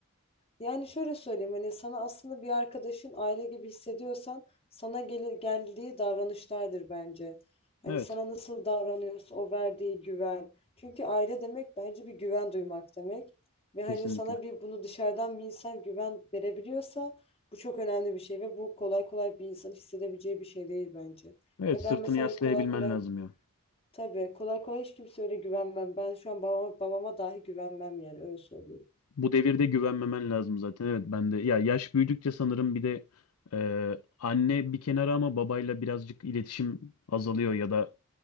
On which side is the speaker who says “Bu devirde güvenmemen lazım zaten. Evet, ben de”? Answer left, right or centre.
Left